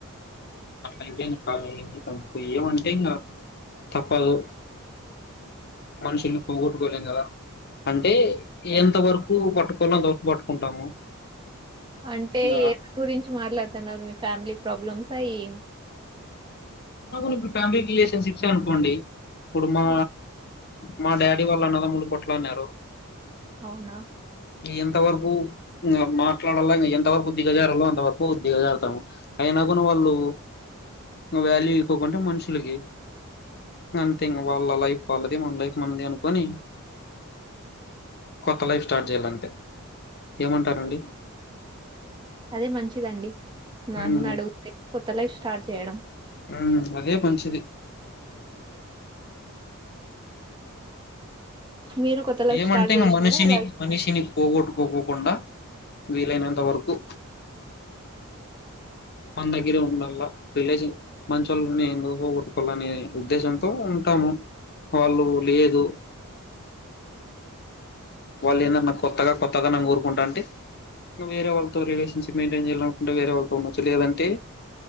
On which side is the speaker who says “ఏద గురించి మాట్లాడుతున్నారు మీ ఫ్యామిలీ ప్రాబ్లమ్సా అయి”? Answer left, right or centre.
Right